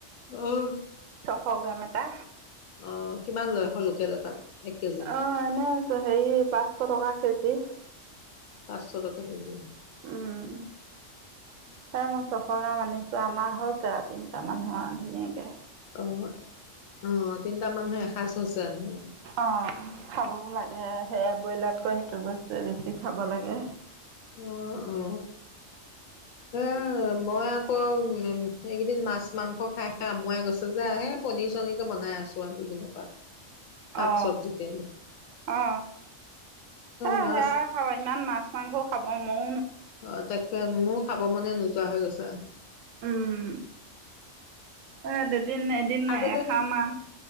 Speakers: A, on the left; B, on the right.
A: আহ
B: এশ গ্ৰাম এটা
A: অঁ কিমান লয় আহ লোকেল এটাত এক কেজিত?
B: অ এনে আছ হেৰি পাঁচশ টকা কেজি
A: পাঁচশ টকা কেজি
B: উম তাই মই ছশ গ্ৰাম মান আনিছো আমাৰ হৈছে তিনিটা টা মানুহোৱা ধুনীয়াকৈ
A: অ অ তিনটা মানুহ এসাঁজ হৈছে এ
B: অ খাবও লাগে সেয়া ব্ৰইলাতকৈ সেইটো বস্তুৱে বেছি খাব লাগে।
A: অ উ হ মই আকৌ এইকেইদিন মাছ মাংস খাই খাই আমুৱাই গৈছে যে সেই পনীৰ চনীৰকে বনাই আছো আৰু দুদিনৰ পৰা শাক
B: অ
A: চবজিকে
B: অ স
A: মাছ
B: সেয়া খাব ইমান মাছ মাংসও খাব ক মও
A: অ তাকে মোৰ খাব মনে গৈছে চোৱা হৈ গৈছা
B: উম সে এদিন এদিন
A: আগতে
B: এসাঁ মাহ